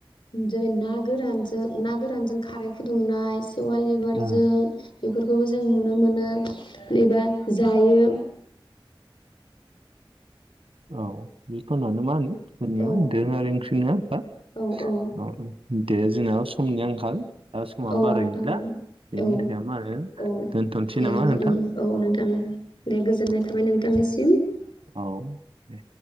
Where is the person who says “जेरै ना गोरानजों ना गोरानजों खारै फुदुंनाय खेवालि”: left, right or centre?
Left